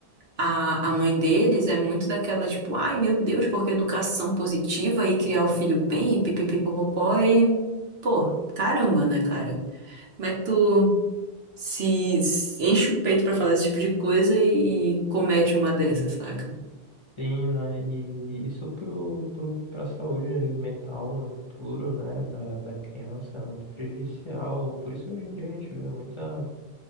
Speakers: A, on the right; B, on the left.
A: a, a mãe deles é muito daquela, tipo, ai meu Deus, porque educação positiva e criar o filho bem e pipipipopopó e, pô, caramba, né, cara? Como é que tu se, se enche o peito pra falar esse tipo de coisa e, e comete uma dessa, saca?
B: Sim, né? E isso pro, pro, pra saúde mental no futuro, né? Da, da criança é muito prejudicial. Por isso que hoje em dia a gente vê muita